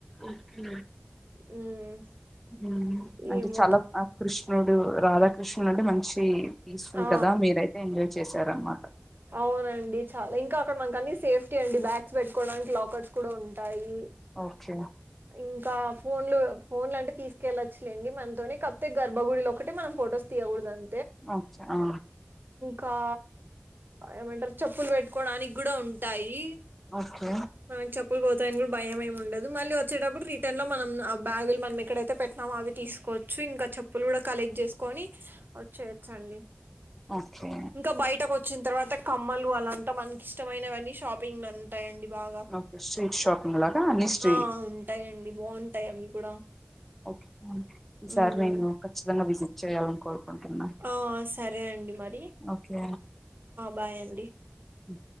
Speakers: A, in the centre; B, on the right.
A: ఓక్కే
B: ఉమ్
A: ఉమ్ అంటే
B: ఏమో
A: చాలా ఆ కృష్ ష్ణుడు రాధాకృష్ణులు అంటే మంచి పీస్ఫుల్
B: ఆ
A: కదా మీరైతే ఎంజాయ్ చేశారమ్మా
B: అవునండి చాలా ఇంకా అక్కడ మనకు అన్నీ సేఫ్ టీ అండి బ్యాగ్స్ పెట్టుకోవడానికి లాకెట్స్ కూడా ఉంటాయి
A: ఓకే
B: ఇంకా ఫోన్లు ఫోన్లు అంటే తీసుకెళ్ళొచ్చులేండి మనతోని కాకపోతే గర్భగుడిలో ఒకటి మనం ఫొటోస్ తీయకూడదు అం
A: అచ్చా ఆ
B: కా ఏమంటారు చెప్పులు పెట్టుకోవడానికి కూడా ఉంటాయి
A: ఓకే
B: మనకు చెప్పులు పోతాయని కూడా భయం ఏం ఉండదు మళ్ళీ వచ్చేటప్పుడు రిటర్న్ లో మనం ఆ బ్యాగులు మనం ఎక్కడైతే పెట్టినామో అవి తీసుకోవచ్చు ఇంకా చెప్పులు కూడా కలెక్ట్ చేసుకని వచ్చేయచ్చండి
A: ఓకే
B: ఇంకా బయటకు వచ్చిన తర్వాత కమ్మలు అలాంతా మనకి ఇష్టమైనవన్నీ షాపింగ్ అంటాయిండి బాగా
A: ఓకే స్ట్రీట్ షాపింగ్ లాగా అన్ని స్ట్రీట్
B: ఆ ఉంటాయండి బాగుంటాయి అవి కూడా
A: ఓకే ఈసారి
B: ఉమ్
A: నేను ఖచ్చితంగా విజిట్ చేయాలని కోరుకుంటున్నాను
B: ఆ సరే అండి మరి
A: ఓకే
B: బాయ్ అండి
A: ఉ